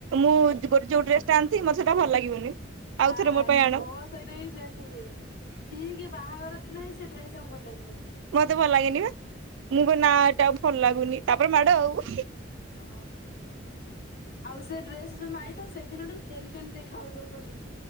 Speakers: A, on the right (about 75°); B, on the left (about 50°).
A: ମୁଁ ଗୋଟେ ଯୋଉ ଡ୍ରେସ ଟା ଆଣିିଥିବି ମତେ ସେଟା ଭଲ ଲାଗିବନି।
B: ବାସ୍
A: ଆଉଥରେ ପାଇଁ ଆଣ।
B: ମୋ ସହିତ ବି ସେମତି ହୁଏ ଠିକ ବାହାଘର ଦିନ ହିଁ ସେ ଡ୍ରେସ। ସବୁ ଭଲ ଲାଗିବନି।
A: ମତେ ଭଲ ଲାଗେନି ବା ମୁଁ କହେ ନା ଏଟା ଭଲ ଲାଗୁନି ତାପରେ ମାଡ ଆଉ।
B: ଅ। ଆଉ ସେ ଡ୍ରେସ ଯୋଉ ଦିନ ଆଇଥିବ ସେ ଦିନଠୁ ଡେଲି ଡେଲି ଦେଖା ହଉ ଥିବ ଖୋଲି-